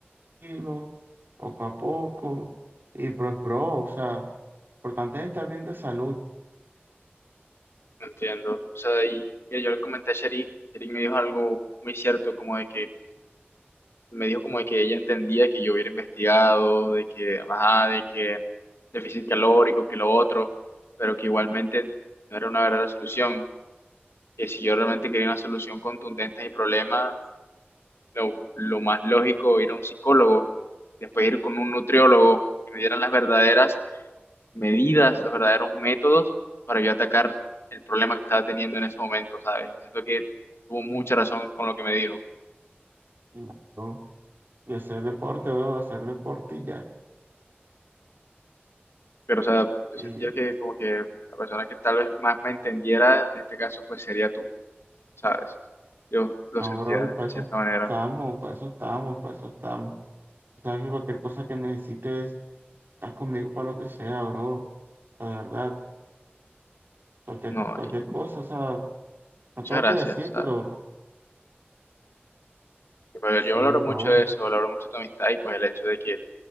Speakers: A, on the right; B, on the left.
A: tranquilo, poco a poco. Y pues, bro, o sea, lo importante es estar bien de salud,
B: No entiendo. O sea, y, y yo le comenté a Shari, Shari me dijo algo muy cierto, como de que me dijo como de que ella entendía que yo hubiera investigado, de que, ajá, de que déficit calórico, que lo otro, pero que igualmente no era una verdadera solución. Que si yo realmente quería una solución contundente a mi problema, lo, lo más lógico ir a un psicólogo, después ir con un nutriólogo, que me dieran las verdaderas medidas, los verdaderos métodos para yo atacar el problema que estaba teniendo en ese momento, ¿sabes? Y siento que tuvo mucha razón con lo que me dijo.
A: y ¿no? Y hacer deporte, bro, hacer deporte y ya.
B: Pero, o sea, yo
A: Y
B: sentía que como que la persona que tal vez más me entendiera, en este caso, pues sería tú, ¿sabes? Yo lo
A: no,
B: sentía
A: bro, y para
B: de cierta
A: eso
B: manera.
A: estamos, para eso estamos, para eso estamos. O sea, que cualquier cosa que necesites, estás conmigo para lo que sea, bro. La verdad, cualquier,
B: No,
A: cualquier
B: y
A: cosa, o sea, no
B: muchas
A: tengo
B: gracias,
A: que decírtelo.
B: ¿sabes? Pero
A: Sí,
B: yo valoro
A: bro.
B: mucho eso, valoro mucho tu amistad y pues el hecho de que,